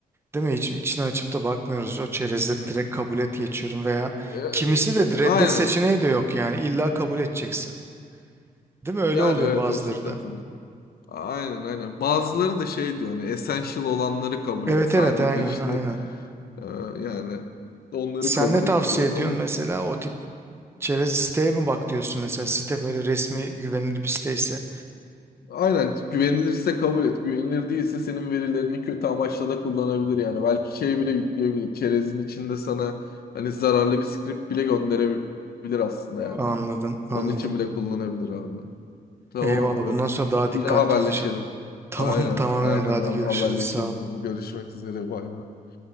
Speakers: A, on the right (about 15°); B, on the left (about 80°).
A: Değil mi? Hiç içine açıp da bakmıyoruz. O çerezleri
B: hı.
A: direkt kabul et geçiyorum veya
B: E,
A: kimisi de reddet
B: Aynen.
A: seçeneği de yok yani. İlla kabul edeceksin. Değil mi? Öyle
B: Yani
A: oluyor
B: evet
A: bazıları
B: o sıkıntı.
A: da.
B: Aynen aynen. Bazıları da şey diyor hani essential olanları kabul
A: Evet
B: et. Sadece
A: evet aynen
B: işte
A: aynen.
B: e, yani onları
A: Sen
B: kabul
A: ne tavsiye
B: ettiriyor.
A: ediyorsun
B: Onun,
A: mesela o tip çerez siteye mi bak diyorsun mesela site böyle resmi güvenilir bir siteyse.
B: Aynen güvenilirse kabul et. Güvenilir değilse senin verilerini kötü amaçla da kullanabilir yani. Belki şey bile yükleyebilir. Çerezin içinde sana hani zararlı bir script bile gönderebilir aslında
A: Anladım
B: yani.
A: anladım.
B: Onun için bile kullanabilir abi. Tamam
A: Eyvallah bundan
B: abi.
A: sonra daha dikkatli
B: Yine haberleşelim.
A: olacağım. <laughs> Tamam
B: Aynen,
A: tamam
B: aynen
A: Emre hadi
B: abi
A: görüşürüz
B: haberleşelim.
A: sağ ol.
B: Görüşmek üzere bay bay.